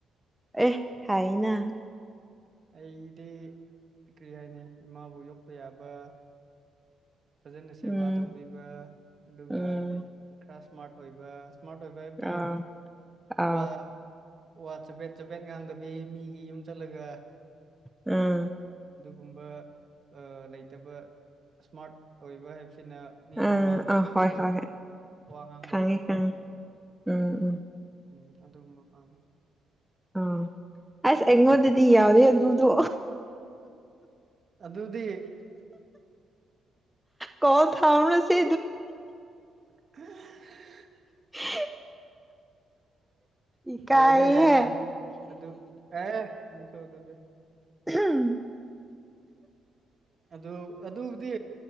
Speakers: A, in the centre; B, on the right.
A: ꯑꯦ ꯍꯥꯏꯅ
B: ꯑꯩꯗꯤ ꯀꯔꯤ ꯍꯥꯏꯅꯤ ꯏꯃꯥꯕꯨ ꯌꯣꯛꯄ ꯌꯥꯕ ꯐꯖꯅ ꯁꯦꯕꯥ
A: ꯎꯝ
B: ꯇꯧꯕꯤꯕ ꯑꯗꯨꯒ
A: ꯎꯝ
B: ꯈꯔ ꯁ꯭ꯃꯥꯔꯠ ꯑꯣꯏꯕ ꯏꯁꯃꯥꯠ ꯑꯣꯏꯕ ꯍꯥꯏꯕꯗꯤ
A: ꯑ ꯑ
B: ꯋꯥ ꯋꯥ ꯆꯄꯦꯠ ꯆꯄꯦꯠ ꯉꯥꯡꯗꯕꯤ ꯃꯤꯒꯤ ꯌꯨꯝ ꯆꯠꯂꯒ
A: ꯎꯝ
B: ꯑꯗꯨꯒꯨꯝꯕ ꯂꯩꯇꯕ ꯁ꯭ꯃꯥꯔꯠ ꯑꯣꯏꯕ ꯍꯥꯏꯕꯁꯤ ꯁꯤꯅ ꯃꯤ
A: ꯎꯝ
B: ꯃꯃꯥꯡꯗ
A: ꯑ
B: ꯊꯣꯛꯂꯒ
A: ꯍꯣꯏ ꯍꯣꯏ ꯍꯣꯏ
B: ꯋꯥ ꯉꯥꯡꯕ
A: ꯈꯪꯉꯦ
B: ꯍꯩꯕꯀꯣ
A: ꯈꯪꯉꯦ ꯎꯝ ꯎꯝ
B: ꯎꯝ ꯑꯗꯨꯒꯨꯝꯕ ꯄꯥꯝꯃꯤ
A: ꯑ ꯑꯁ ꯑꯩꯉꯣꯟꯗꯗꯤ ꯌꯥꯎꯋꯦ ꯑꯗꯨꯗꯣ
B: ꯑꯗꯨꯗꯤ
A: ꯀ ꯊꯥ ꯑꯃꯅ ꯁꯤ
B: ꯑ
A: <unintelligible> ꯏꯀꯥꯏꯍꯦ
B: ꯌꯥꯏꯗ ꯌꯥꯏꯗ ꯑꯗꯨ ꯑꯗꯨ ꯀ ꯗꯗ
A: ꯎꯝ
B: ꯑꯗꯨ ꯑꯗꯨꯕꯨꯗꯤ